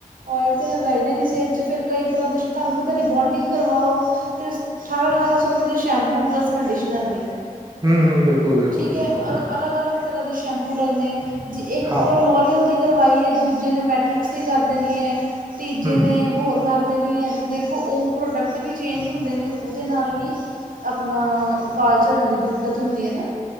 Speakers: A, on the right; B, on the right.
A: ਔਇਲ ਤੇ ਲਗਾਈ ਦੇ ਨੀ ਸਿਰ'ਚ, ਫਿਰ ਕਈ ਤਰ੍ਹਾਂ ਦੇ ਧਾੰਨੂ ਪਤਾ ਰਿਬੋਂਡਿੰਗ ਕਰਵਾਓ, ਤੇ ਉਸ ਠਾਰਾਂ-ਠਾਰਾ ਰੁਪਏ ਦੇ ਸ਼ੈਂਪੂ ਪਲੱਸ ਕੰਡੀਸ਼ਨਰ ਨੇ,
B: ਹਮ ਹਮ ਬਿਲਕੁਲ ਬਿਲਕੁਲ
A: ਠੀਕ
B: ਬਿਲਕੁਲ
A: ਏ, ਔਰ ਅਲੱਗ-ਅਲੱ ਤਰ੍ਹਾਂ ਤੇ ਸੈਂਪੂ ਲਗਣੇ, ਜੇ ਇਕ
B: ਹਾਂ
A: ਕੋਲੋ
B: ਹਾਂ
A: ਲੌਰੀਅਲ ਫੀ ਕਰਵਾਈਏ, ਦੂਜੇ ਨੇ ਮੈਟ੍ਰਿਕਸ ਦੀ ਕਰ ਦੇਨੀ ਐ, ਤੀਜੇ
B: ਹਮ
A: ਨੇ ਹੋਰ ਕਰ ਦੇਨੀ ਐ, ਤੇ ਦੇਖੋ, ਓ ਪ੍ਰੋਡਕਟ ਵੀ ਚੇਂਜ ਹੁੰਦੇ ਨੇ ਉਹਦੇ ਨਾਲ ਵੀ ਅਪਨਾ, ਵਾਲ ਝੜਨ ਦੀ ਦਿੱਕਤ ਹੁੰਦੀ ਐ ਨਾ।